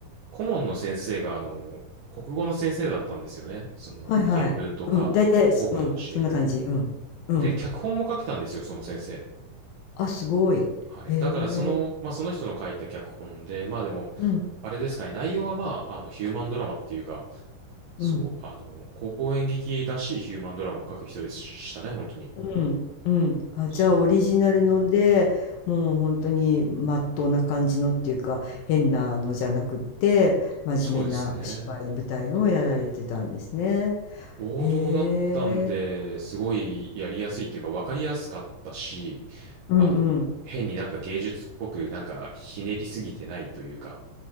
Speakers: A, on the right; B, on the left.
A: 顧問の先生が、あのー国語の先生だったんですよね。その、
B: はいはい。
A: 原文とか、
B: うん。大体、
A: 古文を教える。
B: そ、うん。そんな感じ。うん。うん。
A: で、脚本も書けたんですよ、その先生。
B: あ、すごい。
A: はい。
B: へえ。
A: だから、その、まあ、その人の書いた脚本で、まあでも、
B: うん。
A: あれですかね、内容はまあ、あの、ヒューマンドラマっていうか、そう、
B: うん。
A: あの、高校演劇らしいヒューマンドラマを書く人でしたね、本当に。
B: うん。うん。あ、
A: そう、
B: じゃあオリジナルので、もう本当にまっとうな感じのっていうか、変なのじゃなくって、真面目なお芝居、
A: そうですね。
B: 舞台のをやられてたんですね。
A: 王道だったんで、
B: へえ。
A: すごいやりやすいっていうか分かりやすかったし、
B: うんうん。
A: あの、変になんか芸術っぽくなんかひねりすぎてないというか、